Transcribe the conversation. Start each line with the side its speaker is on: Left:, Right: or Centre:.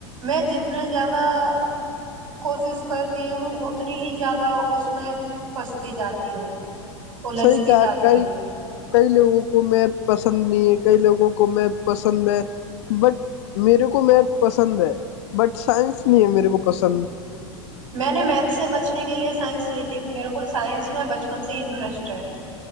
Right: میں جتنے زیادہ زیادہ کوشش کرتی ہوں اتنی ہی زیادہ اس میں پھنستی جاتی ہوں الجھتی
Left: سی کہ
Right: جاتی
Left: کئی
Right: ہوں
Left: کئی لوگوں کو میتھ پسند نہیں ہے کئی لوگوں کو میتھ پسند ہے بٹ میرے کو میتھ پسند ہے بٹ سائنس نہیں ہے میرے کو پسند
Right: میں نے میتھ سے بچنے کے لیئے سائنس لی تھی میرے کول سائنس میں بچپن سے ہی انٹرسٹ ہے